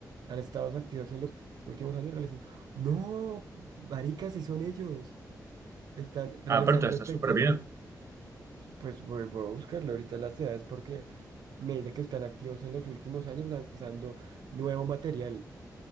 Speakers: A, on the right (about 85°); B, on the right (about 45°).
A: Han estado activos en los últimos años realizando... ¡No! Maricas, sí son ellos. Están realizando
B: Ah, pero entonces
A: espectáculos.
B: está súper bien.
A: Pues voy, voy a buscarlo ahorita las edades porque me dice que están activos en los últimos años lanzando nuevo material